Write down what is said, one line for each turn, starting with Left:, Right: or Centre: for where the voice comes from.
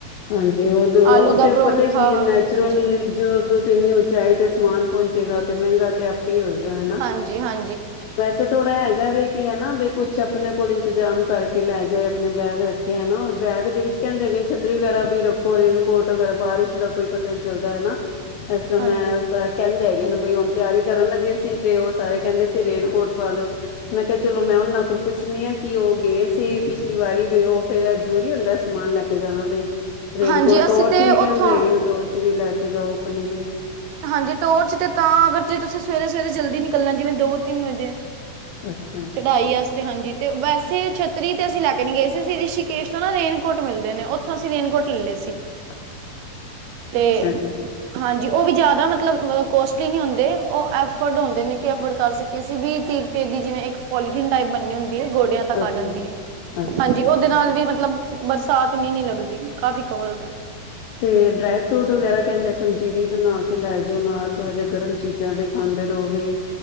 Left: ਹਾਂਜੀ, ਉਹ ਦੋ
Right: ਆਲੂ
Left: ਉਹ
Right: ਦਾ
Left: ਤੇ
Right: ਪਰੌਂਠਾ
Left: ਪਤਾ ਕੀ ਨੈਚੁਰਲੀ
Right: ਹਾਂਜੀ
Left: ਜੋ ਤੁਸੀਂ ਇੰਨੀ ਉਚਾਈ ਤੇ ਸਮਾਨ ਪਹੁੰਚੇਗਾ ਤੇ ਮਹਿੰਗਾ ਤੇ ਆਪੇ ਹੀ ਹੋਏਗਾ ਹਨਾ।
Right: ਹਾਂਜੀ- ਹਾਂ।
Left: ਵੈਸੇ ਥੋੜ੍ਹਾ ਹੈਗਾ ਵੇ ਕੀ ਹੈ ਨਾ ਵੀ ਕੁਛ ਆਪਣੇ ਕੋਲ ਇੰਤਜ਼ਾਮ ਕਰਕੇ ਲੈ ਜਾਏ ਆਪਣੇ ਬੈਗ ਰੱਖਿਆ ਨਾ ਬੈਗ ਦੇ ਵਿੱਚ ਕਹਿੰਦੇ ਵਗੈਰਾ ਵੀ ਰੱਖੋ ਰੇਨਕੋਟ ਵਗੈਰਾ ਬਾਰਿਸ਼ ਦਾ ਕੋਈ ਪਤਾ ਨ ਚੱਲਦਾ ਹੈਨਾ ਇਸ ਤਰ੍ਹਾਂ ਮੈਂ
Right: ਹਾਂਜੀ
Left: ਕਹਿੰਦੇ ਹੈਗੇ ਬਈ ਹੁਣ ਤਿਆਰੀ ਕਰਨ ਲੱਗੇ ਸੀ ਤੇ ਉਹ ਸਾਰੇ ਕਹਿੰਦੇ ਸੀ ਰੇਨਕੋਟ ਪਾ ਲਓ। ਮੈਂ ਕਿਹਾ ਚਲੋ ਮੈਂ ਉਹਨਾਂ ਕੋਲ ਪੁੱਛਣੀ ਆ ਕਿ ਉਹ ਗਏ ਸੀ ਪਿਛਲੀ ਵਾਰੀ ਵੀ ਉਹ ਫੇਰ ਜਰੂਰੀ ਹੁੰਦਾ ਸਮਾਨ ਲੈ ਕੇ ਜਾਣਾ ਬਈ ਰੇਨਕੋਟ
Right: ਹਾਂਜੀ ਅਸੀਂ
Left: ਟੋਰਚ
Right: ਤੇ
Left: ਵੀ
Right: ਉੱਥੋਂ
Left: ਕਹਿੰਦੇ ਹੈਗੇ ਨੇ ਟੋਰਚ ਵੀ ਲੈ ਕੇ ਜਾਓ ਅਪਨੀ ਬਈ
Right: ਹਾਂਜੀ, ਟੋਰਚ ਤੇ ਤਾਂ ਅਗਰ ਜੇ ਤੁਸੀਂ ਸਵੇਰੇ-ਸਵੇਰੇ ਜਲਦੀ ਨਿਕਲਣਾ ਜਿਵੇਂ ਦੋ ਤਿੰਨ ਵਜੇ
Left: ਅੱਛਾ
Right: ਚੜਾਈ ਆਸਤੇ ਹਾਂਜੀ ਤੇ ਵੈਸੇ ਛੱ ਤਰੀਹ ਤੇ ਅਸੀਂ ਲੈ ਕੇ ਨੀ ਗਏ ਸੀ ਰਿਸ਼ੀਕੇਸ਼ ਤੋਂ ਨਾ ਰੇਨਕੋਟ ਮਿਲਦੇ ਨੇ ਉੱਥੋਂ ਅਸੀਂ ਰੇਨਕੋਟ ਲੈਲੇ ਸੀ
Left: <inaudible>
Right: ਤੇ
Left: ਅੱਛਾ ਜੀ
Right: ਹਾਂ। ਉਹ ਵੀ ਜ਼ਿਆਦਾ ਮਤਲਬ ਕੋਸਟਲੀ ਨਹੀਂ ਹੁੰਦੇ, ਉਹ ਐਫੋਰਡ ਹੁੰਦੇ ਨੇ ਕਿ ਐਫੋਰਡ ਕਰ ਸਕੀਏ ਅਸੀਂ ਵੀਹ ਤੀਹ ਰੁਪਏ ਜਿਵੇਂ ਇੱਕ ਪੋਲੀਥਨ ਟਾਈਪ ਬੰਣੇ ਹੁੰਦੀ ਗੋਡਿਆਂ ਤੱਕ
Left: ਅੱਛਾ
Right: ਆ ਜਾਂਦੀ ਏ,
Left: ਅੱਛਾ
Right: ਹਾਂਜੀ
Left: ਅੱਛਾ
Right: ਉਹਦੇ
Left: ਅੱਛਾ
Right: ਨਾਲ ਵੀ ਮਤਲਬ ਬਰਸਾਤ ਵੀ ਨੀ ਲੱਗਦੀ। ਕਾਫੀ ਕਵਰ ਹੋ ਜਾਣੀ।
Left: ਤੇ ਡਰਾਈ ਫਰੂਟ ਵਗੈਰਾ ਕਹਿੰਦੇ ਪੰਜੀਰੀ ਬਣਾ ਕੇ ਲੈ ਜਾਓ ਨਾਲ, ਥੋੜਾ ਜਿਹਾ ਗਰਮ ਚੀਜ਼ਾਂ ਵੀ ਖਾਂ ਦੇ ਰੋ ਵੀ